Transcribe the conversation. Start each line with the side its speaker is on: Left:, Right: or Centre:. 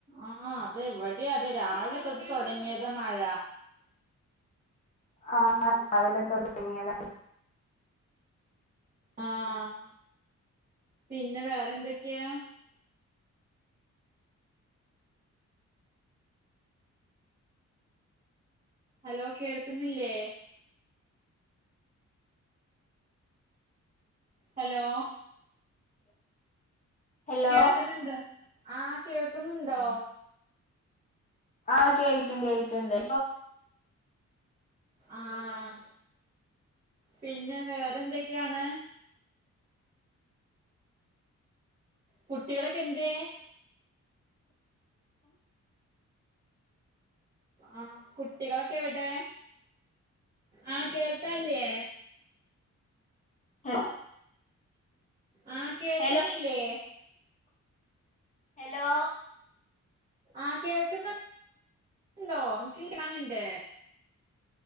Right: ആഹ് അതെ ഇവിടിയാതെ രാവിലെ തൊട്ട് തൊടങ്ങിയത മഴ.
Left: ആഹ്
Right: ഉം
Left: ആഹ് രാവിലെ തൊടങ്ങിയതാ
Right: ആഹ് പിന്നെ വേറെന്തൊക്കെയാ ഹലോ കേൾക്കുന്നില്ലേ ഹലോ
Left: ഹലോ
Right: കേൾക്കുന്നുണ്ട് ആഹ് കേൾക്കുന്നുണ്ടോ.
Left: ആഹ് കേൾക്ക്ണ്ട് കേൾക്ക്ണ്ട്.
Right: ആഹ് പിന്നെ വേറെന്തൊക്കെ ആണ് കുട്ടികളൊക്കെ എന്തേ. ആ കുട്ടികളൊക്കെ എവിടെ. ആഹ് കേൾക്കാല്ലേ
Left: <unintelligible>
Right: ആഹ് കേൾക്ക്ന്നില്ലേ
Left: ഹലോ ഹെലോ
Right: ആഹ് കേൾക്കുന്നു ണ്ടോ. എനിക്ക് <unintelligible> ന്ണ്ട്